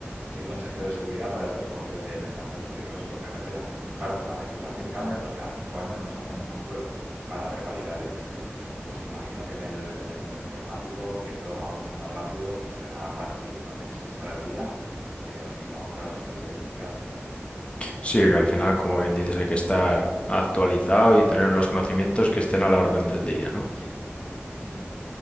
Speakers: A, on the right (about 70°); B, on the left (about 25°).
A: Soy consejero de seguridad para el transporte de mercancías peligrosas por carretera. Claro, como la legislación cambia, pues cada cinco años nos hacen una prueba para revalidar el título. Pues imagino que en el, en el mundo informático, que todo va mucho más rápido, pues será parecido, ¿no? Tenéis que estar al día, eh, o si no, claro, salís del mercado.
B: Sí, que al final, como bien dices, hay que estar actualizado y tener los conocimientos que estén a la orden del día, ¿no?
A: Ujú.